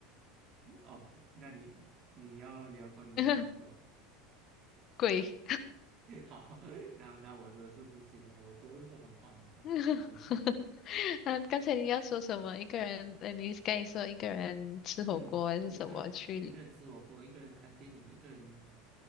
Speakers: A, on the right; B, on the left.
A: 哦，那你你要聊关于是吧？
B: <laughs> 鬼。
A: <laughs> 好，<laughs> 那那我真的是不行啊，我真的很怕很怕这样子。
B: <laughs> 啊，刚才你要说什么？一个人，呃，你刚才说一个人吃火锅还是什么去？
A: 嗯，我一个人一个人吃火锅，一个人看电影，一个人